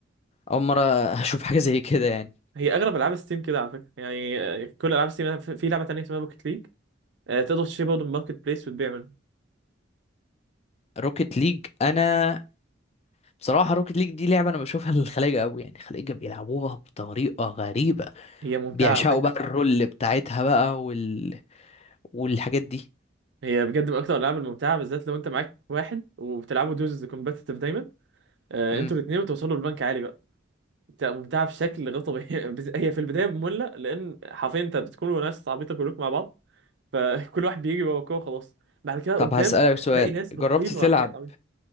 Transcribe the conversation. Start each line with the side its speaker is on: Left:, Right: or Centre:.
Left: اول مره <laughs> اشوف حاجه زي كده يعني
Right: هي اغلب العاب ستيم كده على فكره يعني آه، كل العاب ستيم في في لعبه تانيه اسمها بوكيت ليج آه، تقدر تشتري برضه من ماركت بليس وتبيع منه
Left: روكيت ليج انا بصراحه روكيت ليج دي لعبه انا بشوفها للخلايجه قوي يعني الخلايجه بيلعبوها بطريقه غريبه
Right: هي ممتعة
Left: بيعشقوا
Right: على فكرة
Left: بقى الرول بتاعتها بقى وال... والحاجات دي
Right: هي بجد من أكتر الألعاب الممتعة بالذات لو أنت معاك واحد وبتلعبوا دوزز كومبتيتيف دايما آه،
Left: امم
Right: أنتوا الاتنين وتوصلوا لبنك عالي بقى بت- ممتعة بشكل غير طبيعي <laughs> بز- هي في البداية مملة لأن حرفيا أنت بتكونوا ناس عبيطة كلكم مع بعض فكل <laughs> واحد بيجي ورا الكورة خلاص بعد كده
Left: طب
Right: قدام
Left: هسألك
Right: أنت هتلاقي
Left: سؤال
Right: ناس
Left: جربت
Right: بتطير
Left: تلعب
Right: ورا حاجات عبيطة